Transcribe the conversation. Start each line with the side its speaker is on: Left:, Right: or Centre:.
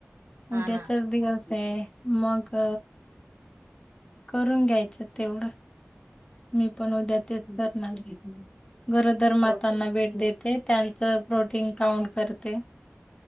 Right: हा
Left: उद्याचाच
Right: ना
Left: दिवस. हे मग करून घ्यायचं तेवढं. मी पण उद्या तेच धरणार आहे. गरोदर
Right: प्रो
Left: मातांना भेट देते त्यां तर प्रोटीन काउंट करते.